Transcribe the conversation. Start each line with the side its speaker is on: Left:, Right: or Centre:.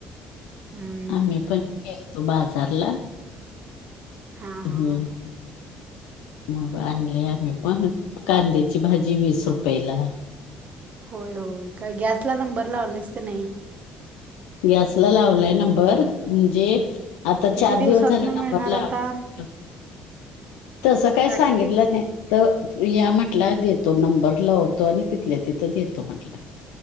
Right: हम्म
Left: आम्ही पण गेलतो बाजारला
Right: हां हां
Left: हूं. मग आणलय आम्ही पण कांद्याची भाजी, वीस रुपयेलां.
Right: होय, होय काय गॅसला नंबर लावलास का नाही?
Left: गॅसला लावलाय नंबर म्हणजे. आता
Right: किती
Left: चार
Right: दिवसातनं
Left: दिवस झाले, नंबरला
Right: मिळणार
Left: लाव
Right: आता
Left: तसं काय
Right: टाकी
Left: सांगितलं
Right: किती
Left: नाही. तर या म्हटला देतो नंबर लावतो, आणि तिथल्या तिथं देतो म्हटला.